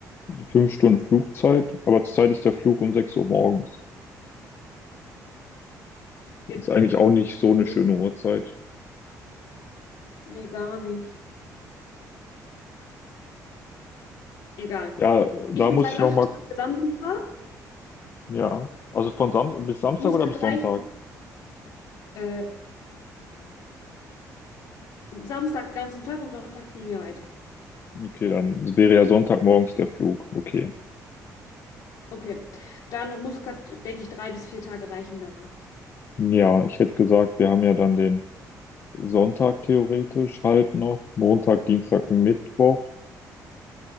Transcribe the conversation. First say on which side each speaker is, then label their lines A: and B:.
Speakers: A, on the left (about 35°); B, on the left (about 65°).
A: fünf Stunden Flugzeit, aber zurzeit ist der Flug um 6 Uhr morgens.
B: Ihr-
A: Ist eigentlich auch nicht so eine
B: Nee,
A: schöne Uhrzeit.
B: nee, gar nicht. Egal.
A: Ja, da
B: Ich würde
A: muss
B: sagen,
A: ich
B: acht
A: noch mal
B: Tage Sansibar.
A: Ja. Also von Sam bis Samstag
B: Muscat
A: oder bis
B: reichen.
A: Sonntag?
B: Äh, Samstag ganzen Tag und Sonntag fliegen wir weiter.
A: Okay, dann wäre ja Sonntagmorgens der Flug. Okay.
B: Okay. Dann Muscat, denke ich, drei bis vier Tage reichen da.
A: Ja, ich hätte gesagt, wir haben ja dann den Sonntag theoretisch halb noch, Montag, Dienstag, Mittwoch.